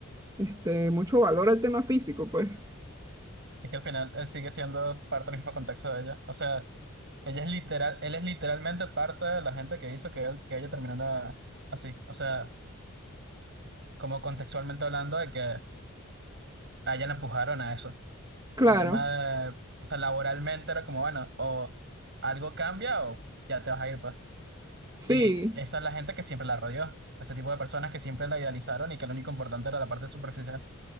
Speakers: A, on the right (about 15°); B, on the right (about 55°).
A: este, mucho valor al tema físico, pues.
B: Es que al final él sigue siendo parte del mismo contexto de ella. O sea, ella es literal, él es literalmente parte de la gente que hizo que él, que ella terminara así. O sea, como contextualmente hablando de que a ella la empujaron a eso.
A: Claro,
B: El tema de, o sea, laboralmente era como, bueno, o algo cambia o ya te vas a ir, pues.
A: sí.
B: Y esa es la gente que siempre la rodeó. Ese tipo de personas que siempre la idealizaron y que lo único importante era la parte superficial.